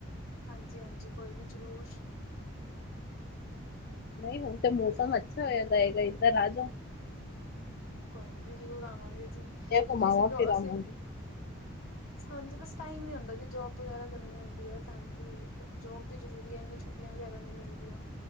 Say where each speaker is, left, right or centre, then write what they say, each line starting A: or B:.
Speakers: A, on the left; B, on the left.
A: ਹਾਂਜੀ-ਹਾਂਜੀ ਕੋਈ ਨੀ ਜ਼ਰੂਰ।
B: ਨਹੀਂ ਹੁਣ ਤੇ ਮੌਸਮ ਅੱਛਾ ਹੋਇਆਦਾ ਹੈਗਾ ਇੱਧਰ ਆ ਜਾ।
A: ਕੋਈ ਨੀ ਜੀ ਜ਼ਰੂਰ ਆਵਾਂਗੇ ਜੀ ਕਿਉਂਕਿ
B: ਘੁਮਾਵਾਂ
A: ਅਸੀਂ
B: ਫਿਰਾਵਾਂਗੇ
A: ਅਸੀਂ ਹਾਂਜੀ ਬਸ ਟਾਈਮ ਨੀ ਹੁੰਦਾ ਜੀ ਜੋਬ ਵਗੈਰਾ ਕਰਨੀ ਆੁੰਂਦੀ ਹੈ ਫੈਮਿਲੀ ਫ ਜੋਬ ਵੀ ਜਰੂਰੀ ਹੈ ਇੰਨੀੀਆਂ ਛੁੱਟੀਆਂ ਵਗੈਰਾ ਨਹੀਂੀ ਮਿਲਦੀਆਂ